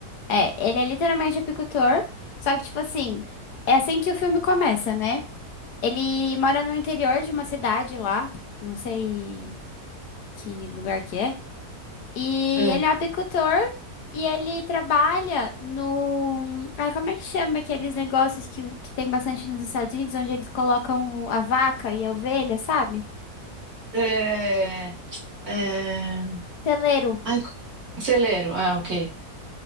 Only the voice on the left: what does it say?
É, ele é literalmente apicultor, só que, tipo assim, é assim que o filme começa, né? Ele mora no interior de uma cidade lá, não sei que lugar que é. E
ele é um apicultor e ele trabalha no. Ai, como é que chama aqueles negócios que, que tem bastante nos Estados Unidos, onde eles colocam o- a vaca e a ovelha, sabe?
Celeiro.